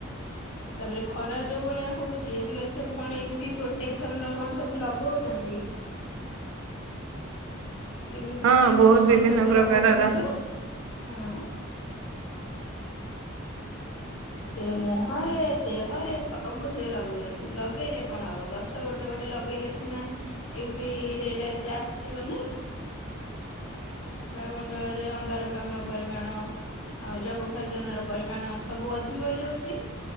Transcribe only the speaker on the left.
ତାପରେ ଖରା ଯୋଉ ଭଳିଆ ହଉଛି ଆଜିକାଲି ସବୁ କଣ ୟଭି ପ୍ରୋଟେକ୍ସନ ର କଣ ସବୁ ଲଗଉଛନ୍ତି। ୟୁବି ପ୍ରୋଟେକ୍ସନ
କଣ
ସବୁ
ଲଗାଉଛନ୍ତି ପରା ହଁ। ସେ ମୁହଁରେ ଦେହରେ ସବୁଥିରେ ଲଗୁଛନ୍ତି ଲଗେଇଲେ କଣ ହବ ଘର? ଗଛ ଗୋଟେ ଗୋଟେ ଲଗେଇଲେ ସିନା ଏ ବି ରେଟ ଏତେ ଆସିବନି। ବାୟୁମଣ୍ଡଳରେ ଅଙ୍ଗାରକାମ୍ଳ ପରିମାଣ ଆଉ ଜବଖାର୍ଜନ ର ପରିମାଣ ସବୁ ଅଧିକ ହେଇଯାଉଛି।